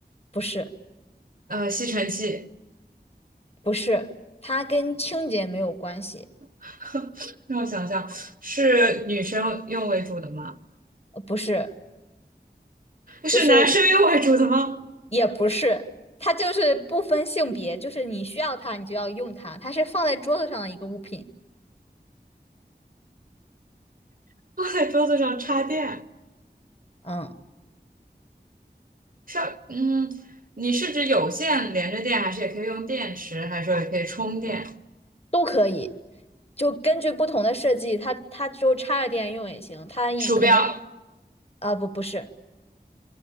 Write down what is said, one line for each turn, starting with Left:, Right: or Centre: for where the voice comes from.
Left: 不是，
Right: 呃，吸尘器。
Left: 不是，它跟清洁没有关系。
Right: <laughs> 让我想想，是女生用为主的吗？
Left: 呃，不是，
Right: 是男生用为主的吗？
Left: 就是也不是，它就是不分性别，就是你需要它，你就要用它。它是放在桌子上的一个物品。
Right: <laughs> 放在桌子上插电，
Left: 嗯。
Right: 插，嗯，你是指有线连着电，还是也可以用电池，还是说也可以充电？
Left: 都可以，就根据不同的设计，它它就插着电用也行，它一可能有
Right: 鼠标，
Left: 啊、不不是，